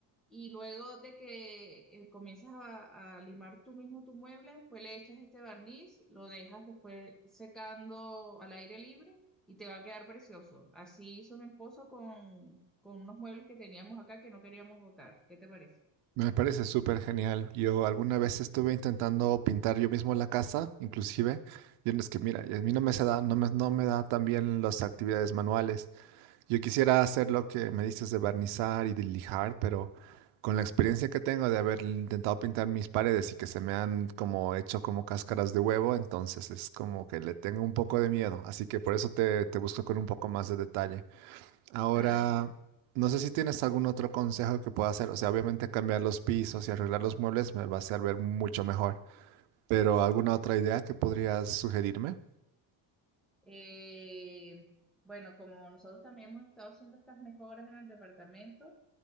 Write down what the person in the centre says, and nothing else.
Y luego de que eh, comienzas a, a limar tú mismo tu mueble, después le echas este barniz, lo dejas después secando al aire libre y te va a quedar precioso. Así hizo mi esposo con, con unos muebles que teníamos acá que no queríamos botar. ¿Qué te parece?
Ah, ya.
Eh, bueno, como nosotros también hemos estado haciendo estas mejoras en el departamento,